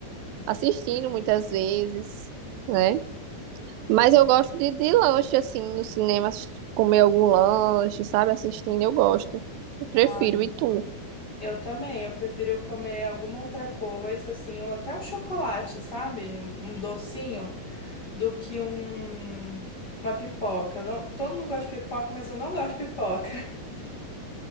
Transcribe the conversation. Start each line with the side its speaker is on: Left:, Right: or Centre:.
Right: assistindo muitas vezes, né? Mas eu gosto de, de lanche, assim, no cinema, assist- comer algum lanche, sabe? Assistindo, eu gosto. Eu prefiro.
Left: Uhum.
Right: E tu?
Left: Eu também, eu prefiro comer alguma outra coisa, assim, ou até um chocolate, sabe? Um docinho, do que um, uma pipoca. Eu Não, todo mundo gosta de pipoca, mas eu não gosto de pipoca. <laughs>